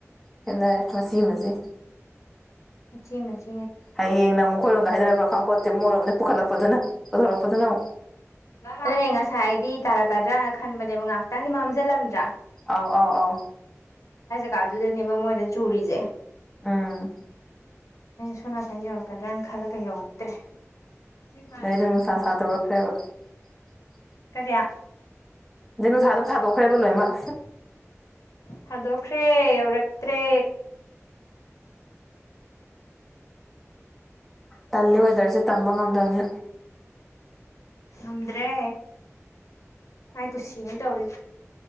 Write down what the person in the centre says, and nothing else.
ꯍꯅꯦ ꯃꯁꯤꯃꯁꯦ
ꯍꯌꯦꯡꯅ ꯑꯃꯨꯛ ꯃꯈꯣꯏꯔꯣꯝꯗ ꯍꯥꯏꯅꯔꯛꯄ꯭ꯔꯥ ꯈꯥꯄꯣꯠꯇꯤ ꯃꯣꯏꯔꯣꯝꯅ ꯄꯨꯈꯠꯂꯛꯄꯗꯨꯅ ꯄꯨꯊꯣꯔꯛꯄꯗꯨꯅ ꯑꯃꯨꯛ
ꯑꯥꯎ ꯑꯥꯎ ꯑꯥꯎ
ꯑꯝ
ꯑꯗꯩ ꯑꯗꯨꯝ ꯅꯨꯡꯁꯥ <inaudible>
ꯑꯗꯩ ꯅꯨꯡꯁꯥ ꯑꯗꯨꯝ ꯁꯥꯗꯣꯛꯈ꯭ꯔꯦꯕ ꯂꯣꯏꯅꯃꯛ
ꯇꯜꯂꯤ ꯋꯦꯗꯔꯁꯦ ꯇꯝꯕ ꯉꯝꯗꯕꯅꯤ